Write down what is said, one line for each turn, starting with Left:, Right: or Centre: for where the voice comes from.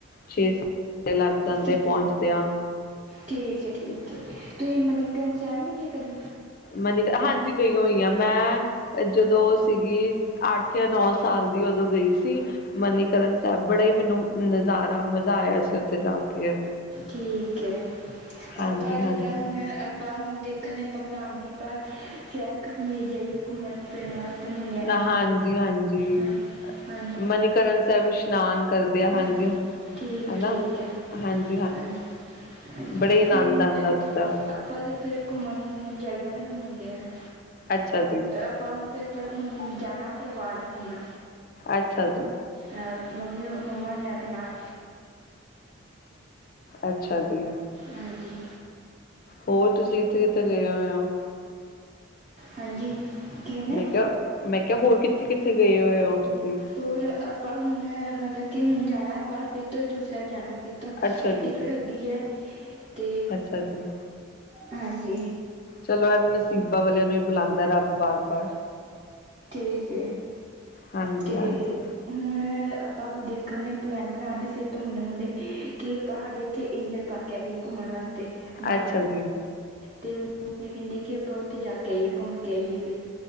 Left: ਛੇ ਸ ਲੱਗ ਜਾਂਦੇ
Right: ਠੀ-
Left: ਪਹੁੰਚਦਿਆਂ
Right: ਠੀਕ ਠੀਕ ਤੁਸੀਂ ਮਨੀਕਰਨ ਸਾਹਿਬ ਨੀ ਗੇ ਕਦੀ
Left: ਮਨੀ ਹਾਂਜੀ ਗਈ ਹੋਈ ਆ ਮੈਂ ਜਦੋਂ ਉਹ ਸੀਗੀ ਅੱਠ ਜਾਂ ਨੌ ਸਾਲ ਦੀ ਉਦੋਂ ਗਈ ਸੀ ਮਨੀਕਰਨ ਸਾਹਿਬ ਬੜਾ ਹੀ ਮੈਨੂੰ ਨਜ਼ਾਰਾ ਮਜ਼ਾ ਆਇਆ ਸੀ ਉੱਥੇ ਜਾ ਕੇ
Right: ਠੀਕ ਹੈ
Left: ਹਾਂਜੀ
Right: ਆਪਾਂ ਜਿੱਦਾਂ
Left: ਹਾਂਜੀ
Right: ਹੁਣ ਆਪਾਂ ਹੁਣ ਦੇਖਣ ਆਪਾਂ ਬੁਲਾਉਦੇ ਆਪਾਂ ਸ਼ਾਇਦ ਕਸ਼ਮੀਰ ਜਾਈਏ ਘੁੰਮਣ ਫਿਰਨ ਵਾਸਤੇ ਮੁੰਡਿਆਂ ਨਾਲ
Left: ਆ ਹਾਂਜੀ-ਹਾਂਜੀ
Right: ਹਾਂਜੀ ਹਾਂਜੀ
Left: ਮਨੀਕਰਨ ਸਾਹਿਬ ਇਸ਼ਨਾਨ ਕਰਦੇ ਆ ਹਾਂਜੀ,
Right: ਹਾਂ, ਠੀਕ ਹੈ
Left: ਹਨਾ
Right: ਠੀਕ ਹੈ
Left: ਹਾਂਜੀ
Right: ਹਾਂਜੀ, ਹਾਂਜੀ
Left: ਬੜਾ ਹੀ ਆਨੰਦ
Right: ਕਈ ਮੁੰਡੇ
Left: ਆਉਂਦਾ ਉੱਥੇ ਦਾ
Right: ਆਪਾਂ ਤਾਂ ਫਿਰ ਘੁੰਮਣ ਜਾਈਦਾ ਨਾ ਫਿਰ ਮੁੰਡੇ ਨੇ
Left: ਅੱਛਾ ਜੀ
Right: ਆਪਾਂ ਹੁਣ ਫਿਰ ਹੁਣ ਜਾਣਾ ਪਰਿਵਾਰ ਨਾਲ ਘੁੰਮਣ
Left: ਅੱਛਾ ਜੀ
Right: ਅਹ, ਮੰਮੀ ਮੰਮਾ ਨੂੰ ਲੈ ਕੇ ਨਾਲ
Left: ਅੱਛਾ ਜੀ
Right: ਹਾਂਜੀ
Left: ਹੋਰ ਤੁਸੀਂ ਕਿੱਥੇ -ਕਿੱਥੇ ਗਏ ਹੋਏ ਹੋ
Right: ਹਾਂਜੀ ਕੀ ਕਹਿੰਦੇ
Left: ਮੈਂ ਕਿਹਾ, ਮੈਂ ਕਿਹਾ ਹੋਰ ਕਿੱਥੇ- ਕਿੱਥੇ ਗਏ ਹੋਏ ਹੋ ਤੁਸੀਂ
Right: ਹੋਰ ਆਪਾਂ ਹੁਣ ਮਤਲਬ ਕਿ ਹੁਣ ਜਾਣਾ ਆਪਾਂ ਫਿਰ ਤੋਂਜ਼ੂ ਸਾਹਿਬ ਜਾਣਾ ਫਿਰ ਤੋਂ,
Left: ਅੱਛਾ ਜੀ
Right: ਟਿਕਟ ਹੋ ਗਈ ਹੈ ਤੇ
Left: ਅੱਛਾ ਜੀ,
Right: ਹਾਂਜੀ
Left: ਚਲੋ ਇਹ ਵੀ ਨਸੀਬਾਂ ਵਾਲਿਆਂ ਨੂੰ ਹੀ ਬੁਲਾਉਂਦਾ ਰੱਬ ਬਾਰ- ਬਾਰ
Right: ਠੀਕ ਹੈ,
Left: ਹਾਂਜੀ-ਹਾਂਜੀ,
Right: ਤੇ ਹੁਣ ਆਪਾਂ ਦੇਖਣ ਦੇ ਪਲੈਨ ਬਣਾਉਂਦੇ ਫਿਰ ਤੋਂ ਮੁੰਡੇ ਮੁੰਡੇ ਕਿ ਆਪਾਂ ਸਾਡੇ ਇੱਥੇ ਏਂਜਲ ਪਾਰਕ ਕਹਿ ਗਈ ਘੁੰਮਣ ਵਾਸਤੇ ਤੇ ਗੜ੍ਹ,
Left: ਅੱਛਾ ਜੀ,
Right: ਤੇ ਮੰਮੀ ਕਹਿੰਦੀ ਕਿ ਆਪਾਂ ਉੱਥੇ ਜਾ ਕੇ ਆਈਏ ਘੁੰਮ ਕੇ ਆਈਏ ਫਿਰ